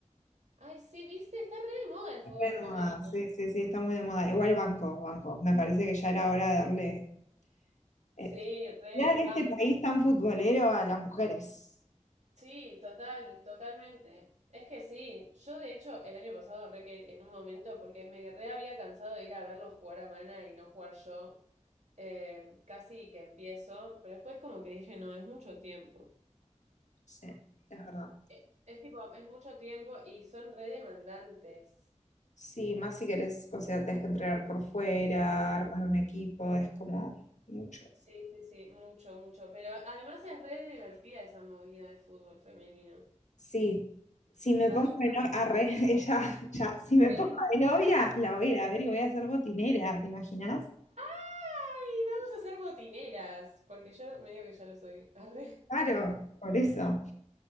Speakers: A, on the right; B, on the left.
A: Ay, sí, viste, está re de moda el fútbol
B: De
A: femenino.
B: moda, sí, sí, sí, está muy de moda. Igual banco, banco. Me parece que ya era hora de darle
A: Sí,
B: Eh,
A: re
B: ya en
A: banco.
B: este país tan futbolero a las mujeres.
A: Sí, total, totalmente. Es que sí, yo de hecho el año pasado re que en un momento, porque me re había cansado de ir a verlos jugar a Mana y no jugar yo, eh, casi que empiezo, pero después como que dije, no, es mucho tiempo.
B: Sí, es verdad.
A: Eh, Es, tipo, es mucho tiempo y son re demandantes.
B: Sí, más si querés, o sea, tenés que entrenar por fuera, armar un equipo, es como mucho.
A: Sí, sí, sí, mucho, mucho. Pero además es re divertida esa movida de fútbol femenino.
B: Sí, si me
A: Va,
B: pongo
A: yo
B: de
A: también.
B: novia, arre, <laughs> ella, ya, si me
A: ¿Qué?
B: pongo de novia, la voy a ir a ver y voy a ser botinera, ¿te imaginas?
A: Ay, vamos a ser botineras, porque yo medio que ya lo soy. Arre.
B: Claro, por eso.